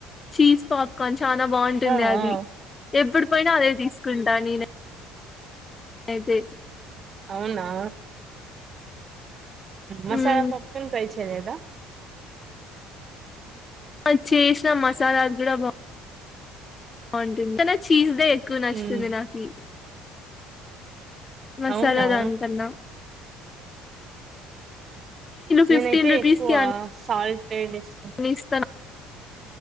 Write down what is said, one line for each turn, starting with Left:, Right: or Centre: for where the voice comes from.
Left: చీజ్ పాప్కార్న్ చానా బాగుంటుంది
Right: ఆ
Left: అది
Right: ఆ
Left: ఎప్పుడు పోయినా అదే తీస్కుంటా నేనై అయితే
Right: అవునా మసాలా
Left: మ్మ్
Right: పాప్కార్న్ ట్రై చేయలేదా?
Left: ఆ చేసిన మసాలాద్ గుడా బా బాగుంటుంది కని నాక్ చీజ్దే ఎక్కు నచ్చుతుంది
Right: హ్మ్
Left: నాకి మసాలా
Right: అవునా
Left: దాన్ కన్నా
Right: నేనైతే
Left: ఫిఫ్టీన్ రూపీస్
Right: ఎక్కువా
Left: కి
Right: సాల్ట్దే ఇష్టం.
Left: అన్ని ఇస్తాను